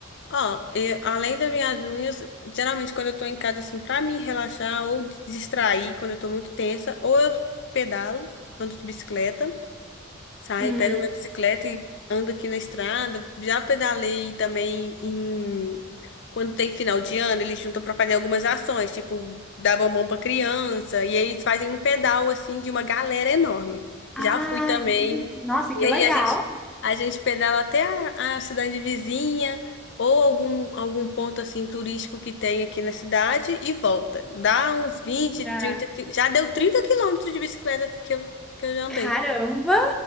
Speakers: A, on the left; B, in the centre.
A: Ó, eu- além das minhas unhas, geralmente quando eu tô em casa, assim, pra me relaxar ou distrair quando eu tô muito tensa, ou eu pedalo, ando de bicicleta. Saio,
B: Hum.
A: pego minha bicicleta e ando aqui na estrada. Já pedalei também em... Quando tem final de ano, eles juntam para fazer algumas ações, tipo dar bombom para criança, e aí eles fazem um pedal assim de uma galera enorme.
B: Ah,
A: Já fui também.
B: entendi. Nossa,
A: E
B: que
A: aí
B: legal.
A: a gente a gente pedala até a, a cidade vizinha ou algum algum ponto assim turístico que tem aqui na cidade e volta. Dá uns vinte
B: Já.
A: 30 qui- já deu 30 quilômetros de bicicleta que eu, que eu já andei.
B: Caramba!